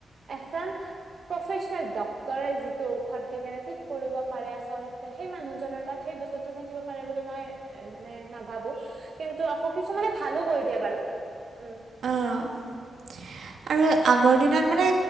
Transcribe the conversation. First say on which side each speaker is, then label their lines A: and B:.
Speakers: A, on the right; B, on the right.
A: এচাম প্ৰফেচনেল ডক্তৰে যিটো ঔষধ দি কেনে ঠিক কৰিব পাৰে আচলতে সেই মানুহ জনৰ তাত সেই বস্তুটো থাকিব পাৰে বুলি মই এ মানে নাভাবো কিন্তু আকৌ কিছুমানে ভালো কৰি দিয়ে বাৰু, উম।
B: অ', আৰু আগৰ দিনত মানে